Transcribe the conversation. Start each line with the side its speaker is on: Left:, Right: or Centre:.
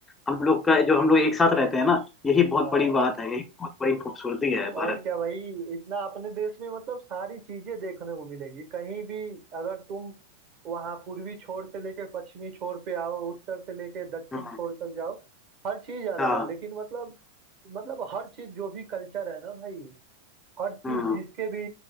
Left: हम लोग का जो हम लोग एक साथ रहते हैं ना यही बहुत
Right: हाँ
Left: बड़ी बात है यही बहुत बड़ी खूबसूरती है
Right: और
Left: भारत
Right: क्या भाई इतना अपने देश में मतलब सारी चीजें देखने को मिलेंगी कहीं भी अगर तुम वहां पूर्वी छोर से लेके पश्चिमी छोर पे आओ उत्तर से लेके दक्षिण
Left: हाँ
Right: छोर तक जाओ हर चीज अलग
Left: हाँ
Right: है लेकिन मतलब मतलब हर चीज जो भी कल्चर है ना भाई हर चीज
Left: हाँ
Right: जिसके भी